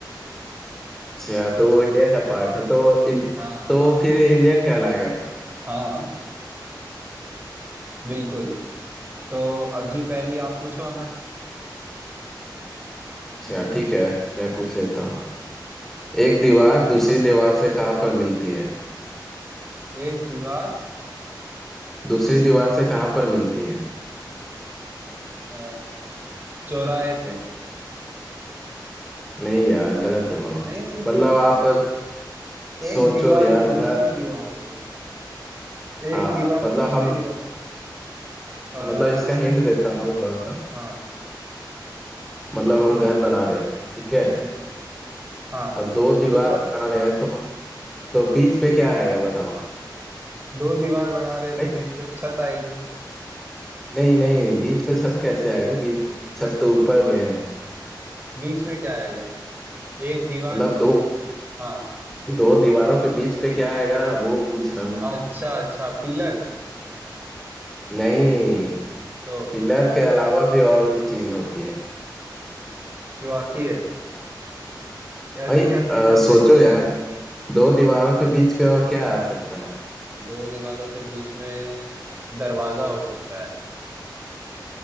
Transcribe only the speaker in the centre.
अच्छा तो वो इंडिया का पार्ट है तो इन,
तो फिर इंडियन कहलाएगा फिर
अच्छा ठीक है मैं पूछ लेता हूँ एक दीवार
दूसरी दीवार से कहाँ पर मिलती है
दूसरी दीवार से कहाँ पर मिलती है
नहीं यार गलत जवाब
मतलब आप
सोचो
यार
घर
हाँ
मतलब
हम
मतलब इसका हिंट देता हूँ थोड़ा सा
मतलब
हम
घर बना रहे हैं ठीक है
अब दो दीवार
बना रहे हैं तो तो बीच पे क्या आएगा बताओ
भाई
नहीं नहीं बीच पे छत कैसे आएगी बीच छत तो ऊपर में है
मतलब
दो
दो दीवारों के बीच पे क्या आएगा वो पूछ रहा हूँ
नहीं
पिलर के अलावा भी और भी चीज होती है
भाई
अ,
सोचो यार दो दीवारों के बीच पे और क्या आ सकता है